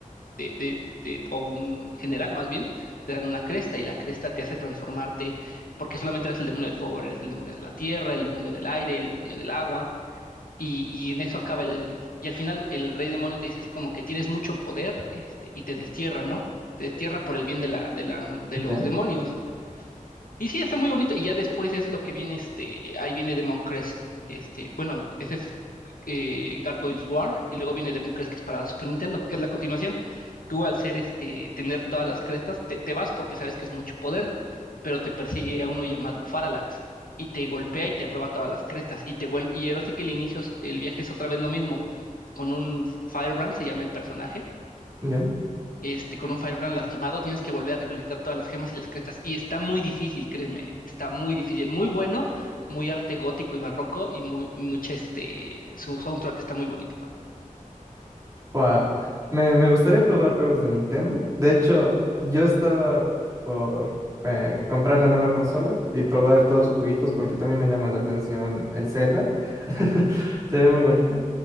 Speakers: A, on the left (about 80°); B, on the right (about 25°).
A: de, de, de- o un general más bien, te dan una cresta, y la cresta te hace transformarte, porque solamente eras el demonio del fuego, ahora eres el demonio de la tierra, el demonio del aire, el demonio del agua, y, y en eso acaba el... Y al final el rey demonio te dice así como que tienes mucho poder, este, y te destierra, ¿no? Te destierra por el bien de la, de la, de los
B: ya,
A: demonios. Y sí, está muy bonito. Y ya después es lo que viene, este, ahí viene Demon Crest. Este, bueno, ese es eh, Gargoyles War, y luego viene Demon Crest, que es para la Super Nintendo, que es la continuación. Tú al ser este, tener todas las crestas, te, te vas porque sabes que es mucho poder, pero te persigue a uno llamado Faralax, y te golpea y te roba todas las crestas, y te vuelve, y ahora sí que el inicio, es- el viaje es otra vez lo mismo, con un Firebrand, se llama el personaje
B: ya.
A: este, con un Firebrand lastimado, tienes que volver a recolectar todas las gemas y las crestas. Y está muy difícil, créeme, está muy difícil. Muy bueno, muy arte gótico y barroco y muy, mucha, este, su soundtrack está muy bonito. No,
B: Buah, Me, me gustaría probar juegos de Nintendo. De hecho, yo estaba por eh, comprar la nueva consola y probar todos sus jueguitos porque también me llama la atención el Zelda. <laughs> Se ve muy bonito.